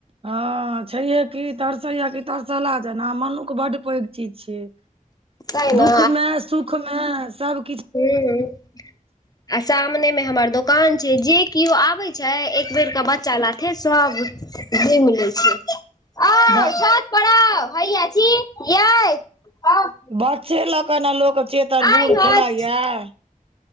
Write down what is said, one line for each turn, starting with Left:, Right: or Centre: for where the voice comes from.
Right: हँ छैहे कि, तरसैया कि तरसला जेना, मनुख बड्ड पैघ चीज छियै।
Left: तै ने
Right: दुःखमे-सुखमे सब
Left: हम्म आ सामने में हमर दोकान छै, जे कियो आबै छै एक बेर के बच्चा लाथे सब <unintelligible> मिलै छै। आउ
Right: दा
Left: छत पर आऊ हैया छी, यैए आऊ
Right: बच्चे ल क ने लोक चेतन बूढ़
Left: आइ नच।
Right: खेलाय यैंऽ।